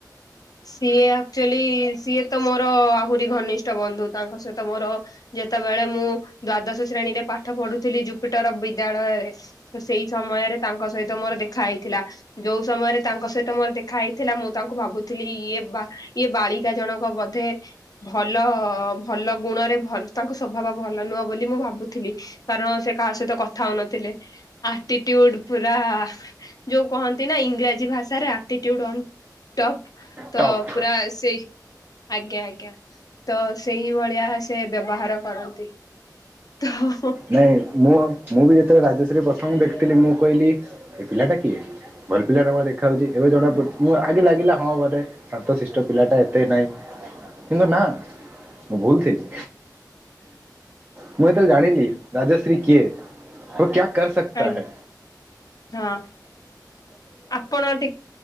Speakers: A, on the left; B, on the right.
A: ସିଏ ଆକଚୁଆଲି ସିଏ ତ ମୋର ଆହୁରି ଘନିଷ୍ଠ ବନ୍ଧୁ ତାଙ୍କ ସହିତ ମୋର ଯେତେବେଳେ ମୁଁ ଦ୍ଵାଦଶ ଶ୍ରେଣୀରେ ପାଠ ପଢ଼ୁଥିଲି ଜୁପିଟର ବିଦ୍ୟାଳୟରେ ତ ସେଇ ସମୟରେ ତାଙ୍କ ସହିତ ମୋର ଦେଖା ହେଇଥିଲା। ଯୋଉ ସମୟରେ ତାଙ୍କ ସହିତ ମୋର ଦେଖା ହେଇଥିଲା ମୁଁ ତାଙ୍କୁ ଭାବୁ ଥିଲି ଇଏ ବା ଇଏ ବାଳିକା ଜଣକ ବୋଧେ ଭଲ ଭଲ ଗୁଣରେ ଭ ତାଙ୍କ ସ୍ୱଭାବ ଭଲ ନୁହଁ ବୋଲି ମୁଁ ଭାବୁଥିଲି। କାରଣ ସେ କାହା ସହିତ କଥା ହଉନଥିଲେ ଆଟିଟିଉଡ ପୁରା ଯୋଉ କହନ୍ତି ନା ଇଂରାଜୀ ଭାଷାରେ ଆଟିଟିଉଡ ଅନ ଟପ। ତ
B: ଟପ୍।
A: ପୁରା ସେଇ ଆଜ୍ଞା ଆଜ୍ଞା ତ ସେଇ ଭଳିଆ ସେ ବ୍ୟବହାର କରନ୍ତି। <unintelligible>
B: ନାଇଁ ମୁଁ ମୁଁ ବି ଯେତେବେଳେ ରାଜଶ୍ରୀକୁ ପ୍ରଥମ ଦେଖିଥିଲି, ମୁଁ କହିଲି ଏ ପିଲାଟା କିଏ? ଭଲ ପିଲାଟା ଭଳିଆ ଦେଖାଯାଉଛି। ଏବେ ଜଣା ପଡି ମୁଁ ଆଗେ ଲାଗିଲା ହଁ ବୋଧେ ଶାନ୍ତଶିଷ୍ଟ ପିଲାଟା ଏତେ ନାଇଁ କିନ୍ତୁ ନା ମୁଁ ଭୁଲଥିଲି। ମୁଁ ଯେତେବେଳେ ଜାଣିଲି ରାଜଶ୍ରୀ କିଏ କ୍ୟା କର ସକତା
A: ଆଜ୍ଞା
B: ହେ।
A: ହଁ ଆପଣ ଟିକେ